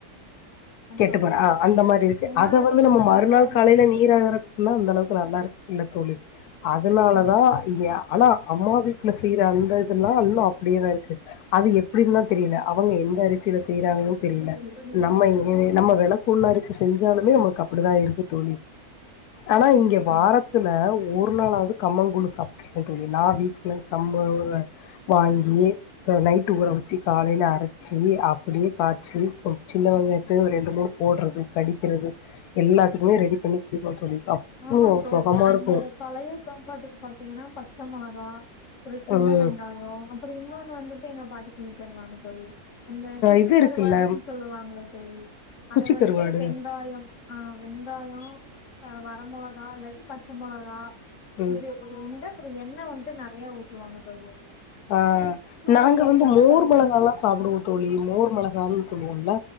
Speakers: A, on the left; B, on the left.
A: கெட்டு
B: தோழி
A: போற
B: இருக்கு
A: ஆ அந்த மாரி இருக்கு
B: முன்னாடி
A: அத வந்து
B: இருந்த
A: நம்ம மறுநாள்
B: மாரிலா இல்லைங்
A: காலைல
B: தோழி
A: நீர் ஆகாரத்துக்னா அந்த அளவுக்கு நல்லா இருக் இல்ல தோழி அதுனால
B: ம்
A: தா ய ஆனா அம்மா வீட்ல செய்யிற அந்த இதுல்லா இன்னு அப் டியேதா இருக்கு அது எப்டிந்தா தெரியில அவுங்க எந்த அரிசில செய்றா
B: சரி,
A: தெரில நம்ம நம்ம விளக் புன்னரிசி செஞ்சாலுமே நமக்கு அப்டித்தா இருக்கு தோழி ஆனா இங்க
B: சரிங்க.
A: வாரத்துல ஒரு நாளாவது கம்மங்கூழு சாப்படுருங்கேன் தோழி நா வீட்ல கம்ம வாங்கி நைட்டு் ஊற வச்சு காலையில் அரைச்சி அப்டியே காய்ச்சு கொஞ் சின்ன வெங்காயத்து ரெண்டு மூணு போடுறது கடிக்கிறது எல்லாத்துக்குமே ரெடி பண்ணி குடுப்பேன் தோழி அவ்ளோ
B: ஆமாங்க தோழி
A: சொகமா
B: அந்த
A: இருக்கு.
B: பழைய சாப்பாட்டுக்கு பாத்தீங்கன்னா பச்சா மிளகா ம் ஒரு சின்ன
A: ம்
B: வெங்கயம் அப்றோ இன்னொன்னு வந் எங்க பாட்டி செஞ்சு தருவாங்க தோழி அந்த துண்டு
A: இது
B: கருவாடுன்னு
A: இருக்குல்ல
B: சொல்லுவாங்களே தோழி அத
A: குச்சி
B: வந்துடு
A: கருவாடு
B: வெங்காயம் ஆ வெங்காயம் ஆமா வர மொளகா இல்லாட்டி பச்சை மிளகா
A: ம்
B: இது எப்பவுமே ரெண்டு அப்றோ எண்ணை வந்து நெறைய ஊத்துவாங்க தோழி அதுல
A: ஆ
B: ஊத்திட்டு சும்மா
A: நாங்க
B: கருவாட
A: வந்து மோர்
B: கழுவிட்டு
A: மொளகா எல்லா சாப்பிடுவோம் தோழி மோர் மொளகனு சொல்லுவோம்ல்ல